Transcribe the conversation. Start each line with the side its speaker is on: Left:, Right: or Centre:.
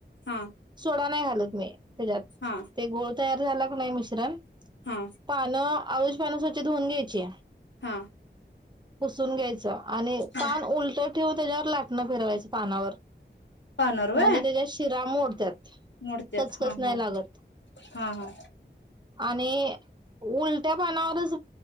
Left: हा
Right: सोडा नाय. मी ात
Left: हा
Right: ते गोोलता झाला का नाही म मिश्रम
Left: हा
Right: पना आयुष पण स्वच्छ धऊन घ्यायची.
Left: हा
Right: पुसून घ्यायच. आणि
Left: हा
Right: पान उलट ठेव त्याच्या ला. ना फिरवायच पानावर
Left: पानर व
Right: म्हणजे त्याच्या शिरा मोडत्यात
Left: मोडतत
Right: कचकच
Left: हा
Right: नाही
Left: हा
Right: लागत
Left: हा हा.
Right: आणि उलट्या पानावरच